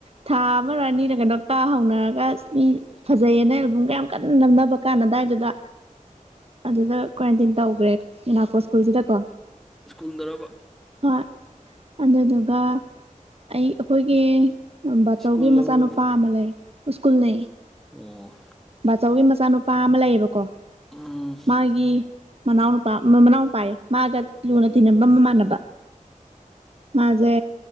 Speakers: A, on the right; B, in the centre.
A: ꯊꯥ ꯑꯃ ꯑꯅꯤꯔ ꯀꯗꯣꯛꯀ ꯍꯧꯅꯔꯒ ꯃꯤ ꯐꯖꯩꯌꯦꯅ ꯑꯦꯜꯕꯝ ꯀ ꯀ ꯅ ꯀꯥꯟꯗꯥꯏꯗꯨꯗ ꯑꯗꯨꯗꯇ ꯇꯧꯈ꯭ꯔꯦ ꯏꯅꯥꯛꯄꯣ ꯁ꯭ꯀꯨꯜꯁꯤꯗꯀꯣ
B: ꯁ꯭ꯀꯨꯜꯗꯔꯕ
A: ꯍꯣꯏ ꯑꯗꯨꯗꯨꯒ ꯑꯩ ꯑꯩꯈꯣꯏꯒꯤ ꯕꯥꯆꯧꯒꯤ
B: ꯁ꯭ꯀꯨꯜꯂꯕ
A: ꯃꯆꯥꯅꯨꯄꯥ
B: ꯅꯣꯏꯗꯣ
A: ꯑꯃ ꯂꯩ ꯁ꯭ꯀꯨꯜꯅ
B: ꯑꯣ
A: ꯑꯆꯧꯒꯤ ꯃꯆꯥꯅꯨꯄꯥ ꯑꯃ ꯂꯩꯌꯦꯕꯀꯣ
B: ꯎꯝ ꯎꯝ
A: ꯃꯥꯒꯤ ꯃꯅꯥꯎ ꯅꯨꯨꯄꯥ ꯃꯅꯥꯎ ꯅꯨꯄꯥꯑ ꯃꯥꯒ ꯂꯨꯅ ꯇꯤꯟꯅꯕ ꯑꯃ ꯃꯥꯟꯅꯕ ꯃꯥꯖꯦ